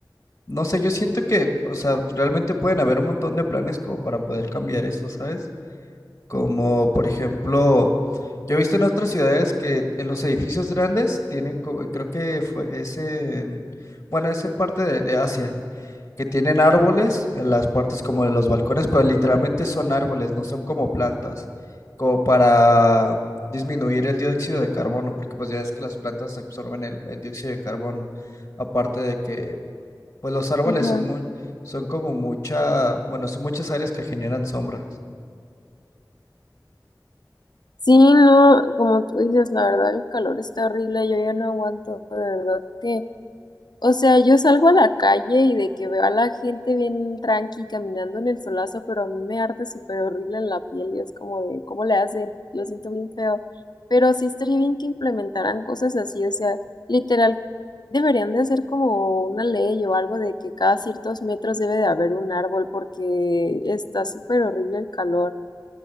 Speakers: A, on the left (about 35°); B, on the left (about 65°).
A: no sé, yo siento que, o sea, realmente pueden haber un montón de planes como para poder cambiar esto, ¿sabes? Como, por ejemplo. Yo he visto en otras ciudades que en los edificios grandes tienen, co- eh, creo que fue, es en, bueno, es en parte de, de Asia, que tienen árboles en las partes como de los balcones, pero literalmente son árboles, no son como plantas, como para disminuir el dióxido de carbono, porque pues ya es que las plantas absorben el, el dióxido de carbono, aparte de que pues los árboles
B: Ajá.
A: son muy, son como mucha, bueno, son muchas áreas que generan sombra.
B: Sí, no, como tú dices, la verdad, el calor está horrible, yo ya no aguanto, de verdad que, o sea, yo salgo a la calle y de que veo a la gente bien tranqui caminando en el solazo, pero a mí me arde súper horrible en la piel y es como de, ¿cómo le hacen? Lo siento bien feo, pero sí estaría bien que implementaran cosas así, o sea, literal, deberían de hacer como una ley o algo de que cada ciertos metros debe de haber un árbol porque está súper horrible el calor.